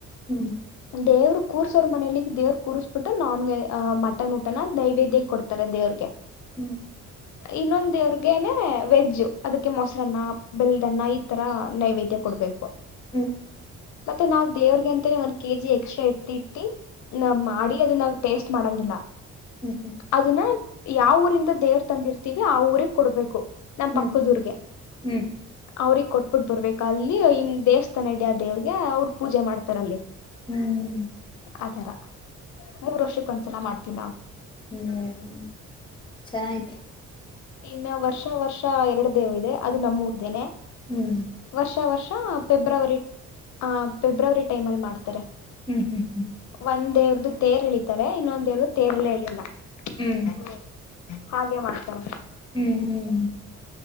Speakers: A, on the left; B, on the left.
A: ಹ್ಮ್
B: ದೇವ್ರ ಕುರ್ಸೋರ ಮನೇಲಿ ದೇವ್ರ ಕುರ್ಸ್ ಬಿಟ್ಟು ನಾನ್ವೆ ಮಟನ್ ಊಟಾನಾ ನೈವೇದ್ಯಕ ಕೊಡ್ತಾರೆ ದೇವ್ರಗೆ
A: ಹ್ಮ್
B: ಇನ್ನೊಂದ ತಿನ್ನೋವರಿಗೆ ನೇ ವೆಜ್ ಅದಕ್ಕೆ ಮೊಸರ್ ಚಿತ್ರಾನ್ನ ಬೆಲ್ಧನ್ನಾ ಈ ತರಾ ನೈವೇದ್ಯ ಕೊಡಬೇಕು
A: ಹ್ಮ್
B: ಮತ್ತೆ ನಾವ್ ದೇವ್ರಿಗೆ ಅಂತಾನೇ ಒಂದ ಕೆಜಿ ಎಕ್ಸ್ಟ್ರಾ ಎತ್ತಿ ಇಟ್ಟಿ ನಾವ್ ಮಾಡಿ ಅದನ್ನಾ ಟೇಸ್ಟ್ ಮಾಡಂಗಿಲ್ಲ
A: ಹ್ಮ್ ಹ್ಮ್ ಹ್ಮ್
B: ಅದನ್ನಾ ಯಾವ್ ಊರಿಂದ ತ ದೇವ್ರ ತಂದಿರ್ತಿವಿ ಆ ಊರಿಗ್ ಕೊಡಬೇಕು ನಮ್
A: ಹ್ಮ್
B: ಪಕ್ಕದ ಊರಿಗೆ
A: ಹ್ಮ್
B: ಅವ್ರಿಗ್ ಕೋಟ್ ಕೊಟ್ಟಬಿಟ್ ಬರ್ಬೇಕು ಅಲ್ಲಿ ಹಿಂಗ್ ದೇವಸ್ಥಾನ ಇದೆ ಆ ದೇವ್ರಿಗೆ ಅವರ್ ಪೂಜೆ ಮಾಡ್ತಾರ್ ಅಲ್ಲಿ
A: ಹ್ಮ್
B: ಆತರ ಮೂರು ವರ್ಷಕ್ಕೆ ಒಂದ್ಸತಿ ಮಾಡ್ತೀವಿ ನಾವು
A: ಹ್ಮ್ ಚೆನ್ನಾಗಿತ್
B: ಇನ್ನ ವರ್ಷ ವರ್ಷ ಎರಡು ದೇವರಿದೇ ನಮ್ಮೂರಿದೇ
A: ಹ್ಮ್
B: ವರ್ಷ ವರ್ಷ ಹ ಫೆಬ್ರವರಿ ಆಹ್ ಫೆಬ್ರವರಿ ಟೈಮಿನಲ್ಲಿ ಮಾಡ್ತಾರೆ.
A: <inaudible>
B: ಮುಂದೇನು ತೇಲ್ ಹೇಳಿದೆ ಇನ್ನೊಂದು ತೇಲ್ ಹೇಳಿಲ್ಲ <inaudible>
A: ಹ್ಮ್
B: ಹಾಗೆ ಮಾಡ್ತಾರಾ
A: ಹ್ಮ್